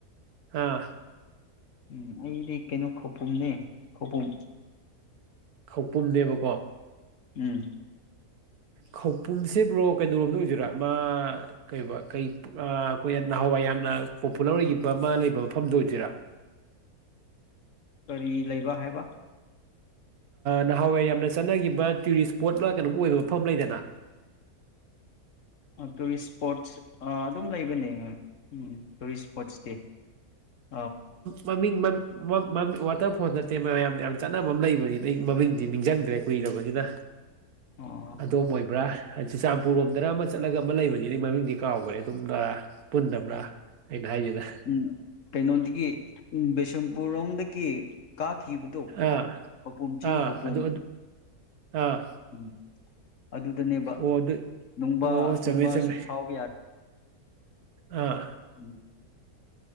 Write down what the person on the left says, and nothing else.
ꯎꯝ ꯑꯩꯗꯤ ꯀꯩꯅꯣ ꯈꯧꯄꯨꯝꯅꯦ ꯈꯧꯄꯨꯝ
ꯎꯝ
ꯀꯔꯤ ꯂꯩꯕ ꯍꯥꯏꯕ
ꯑꯗꯨꯒꯤ ꯇꯨꯔꯤꯁ ꯏꯁꯄꯣꯠꯁ ꯑꯗꯨꯝ ꯂꯩꯕꯅꯦ ꯎꯝ ꯇꯨꯔꯤꯁ ꯏꯁꯄꯣꯠꯁ ꯑꯦ
ꯑꯣ
ꯎꯝ ꯀꯩꯅꯣꯗꯒꯤ ꯕꯤꯁꯦꯝꯄꯨꯔ ꯔꯣꯝꯗꯒꯤ ꯀꯥꯈꯤꯕꯗꯣ
ꯈꯧꯄꯨꯝ ꯆꯤꯡ
ꯈꯧꯄꯨꯝ
ꯎꯝ ꯑꯗꯨꯗꯅꯦꯕ
ꯅꯨꯡꯕꯥ
ꯅꯨꯡꯕꯥꯁꯨ
ꯐꯥꯎꯕ ꯌꯥꯔꯦ
ꯎꯝ